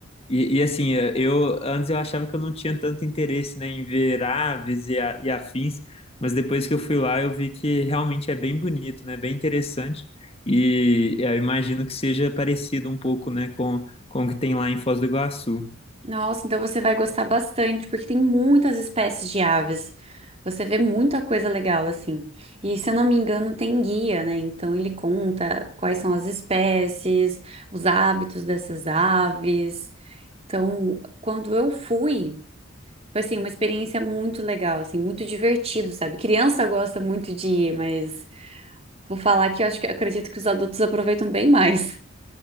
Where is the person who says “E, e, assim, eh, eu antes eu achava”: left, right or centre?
Left